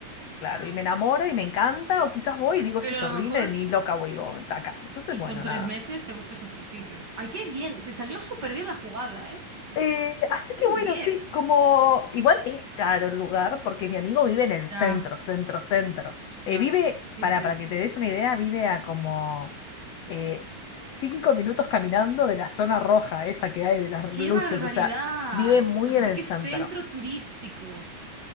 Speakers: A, on the left; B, on the right.
A: claro,
B: claro,
A: y me enamoro y me encanta, o quizás voy y digo,
B: pero
A: esto es
B: a
A: horrible,
B: lo mejor,
A: ni loca voy yo de acá. Entonces,
B: y
A: bueno,
B: son tres
A: nada.
B: meses, te buscas otro sitio. Ay, qué bien, te salió súper bien la jugada, ¿eh?
A: Eh, así que
B: Un
A: bueno,
B: diez.
A: sí, como igual es caro el lugar porque mi amigo vive en el centro,
B: Ya,
A: centro, centro.
B: hostia,
A: Eh, vive,
B: sí,
A: para,
B: sí.
A: para que te des una idea, vive a como eh, cinco minutos caminando de la zona roja, esa que hay de las luces,
B: ¡Qué barbaridad!
A: o sea, vive muy
B: O sea,
A: en
B: sí
A: el
B: que
A: centro.
B: es centro turístico.